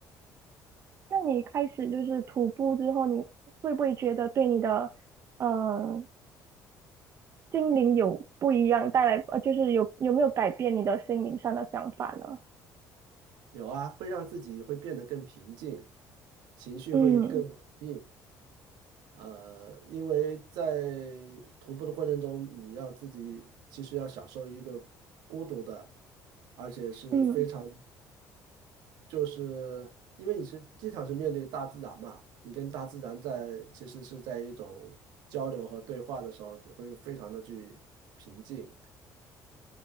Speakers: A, on the right; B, on the right.
A: 那你开始就是徒步之后，你会不会觉得对你的呃心灵有不一样，带来呃就是有有没有改变你的心灵上的想法呢？
B: 有啊，会让自己会变得更平静，情绪会更稳定。
A: 嗯
B: 呃，因为在徒步的过程中，你要自己其实要享受一个孤独的，而且是非常，
A: 嗯。
B: 就是因为你是经常是面对大自然嘛，你跟大自然在其实是在一种交流和对话的时候，你会非常的去平静。